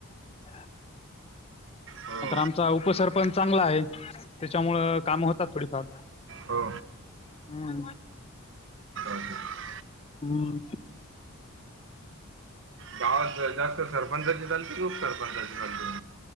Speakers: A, on the left; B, on the right.
A: अ
B: हो
A: आ तर आमचा उपसरपंच चांगला आहे त्याच्यामुळं काम होतात थोडीफार
B: हो
A: हम्म,
B: असं
A: हम्म
B: गावात जास्त सरपंचाची चालते की उपसरपंचाची चालते